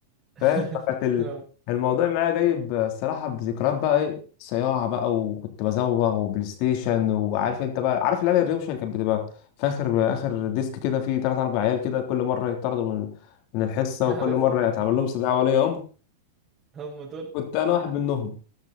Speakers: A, on the right; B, on the left.
A: <laughs>
B: فاهم فكانت ال-
A: اه
B: الموضوع معايا جايب آه، الصراحه بذكريات بقى ايه صياعه بقى وكنت بزوغ وبلاي ستيشن وعارف انت بقى عارف العيال الروشه اللي كانت بتبقى في اخر اخر ديسك كده فيه ثلاث اربع عيال كده كل مره يطردوا من من الحصه
A: عارفهم
B: وكل مره
A: اه
B: يتعمل لهم استدعاء ولي امر
A: هم دول
B: كنت انا واحد منهم